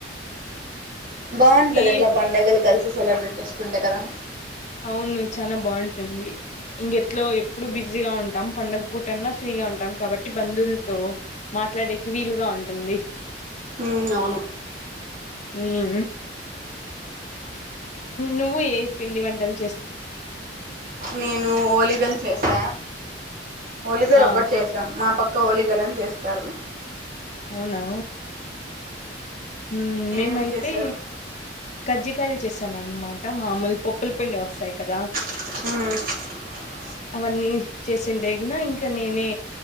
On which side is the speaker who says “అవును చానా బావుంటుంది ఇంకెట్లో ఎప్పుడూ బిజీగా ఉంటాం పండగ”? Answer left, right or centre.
Left